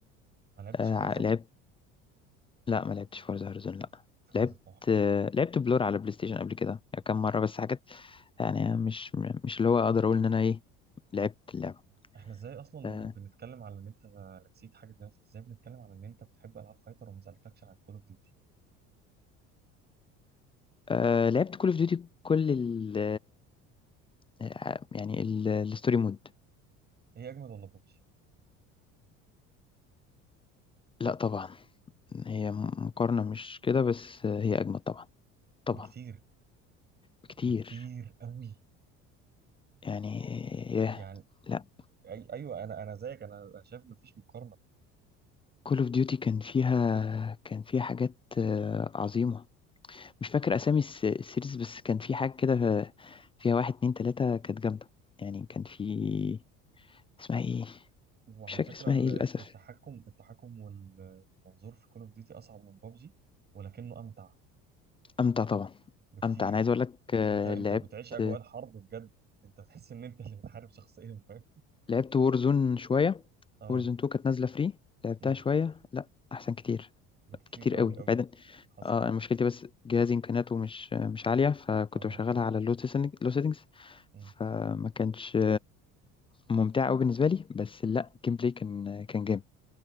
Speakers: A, on the right; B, on the left.
A: ما لعبتش
B: آه،
A: فورزا
B: لعبت لا ما لعبتش فورزا هورايزون لا
A: فورزا
B: لعبت
A: تحفه
B: آه، لعبت بلور على بلاي ستيشن قبل كده يعني كام مرة بس حاجات يعني مش مش اللي هو اقدر اقول ان انا ايه لعبت اللعبة
A: احنا ازاي اصلا
B: آه
A: بنتكلم على ان انت نسيت حاجه دلوقتي ازاي بنتكلم على ان انت بتحب العاب فايتر وما سالتكش عن كول اوف ديوتي
B: آه، لعبت كول اوف ديوتي كل ال آه، يعني ال- الستوري مود
A: هي اجمد ولا ببجي
B: لا طبعا هي مقارنة مش كده بس آه، هي اجمد طبعا طبعا
A: بكتير
B: بكتير
A: بكتير قوي
B: يعني ياه
A: يعني
B: لا
A: أي... ايوه انا انا زيك انا أنا شايف مفيش مقارنه
B: كول اوف ديوتي كان فيها كان فيها حاجات آه، عظيمة مش فاكر اسامي الس- السيريز بس كان في حاجه كده فيها واحد اتنين تلاته كانت جامده يعني كان في اسمها ايه
A: وعلى
B: مش فاكر
A: فكره
B: اسمها
A: ال-
B: ايه للاسف
A: التحكم التحكم والمنظور في كول اوف ديوتي اصعب من ببجي ولكنه امتع
B: امتع طبعا
A: بكتير
B: امتع انا عايز اقول لك آه،
A: انت انت
B: لعبت
A: بتعيش اجواء الحرب بجد انت بتحس ان انت اللي بتحارب شخصيا فاهم
B: لعبت وورزون شويه
A: اه
B: وورزون 2 كانت نازله فري لعبتها
A: أمم.
B: شويه لا احسن كتير
A: بكتير
B: كتير
A: قوي
B: قوي
A: قوي
B: بعدين
A: حصل
B: اه أنا مشكلتي بس جهازي امكانياته مش مش عاليه فكنت
A: اه اه
B: بشغلها على اللو سيتنج- لو سيتنجز
A: إمم.
B: فما كانش ممتع قوي بالنسبه لي بس لا الجيم بلاي كان كان جامد